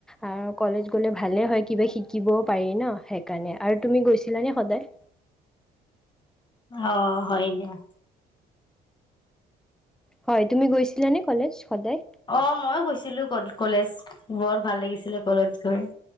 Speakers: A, in the centre; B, on the left (about 25°).
A: আৰু কলেজ গ'লে ভালে হয় কিবা শিক কিবও পাৰি ন, সেইকাৰণে আৰু তুমি গৈছিলানে সদায়?
B: অ', হয় দিয়া।
A: হয়, তুমি গৈছিলা নে কলেজ সদায়?
B: অ', মইও গৈছিলো কলেজ, বৰ ভাল লাগিছিলে কলেজ গৈ।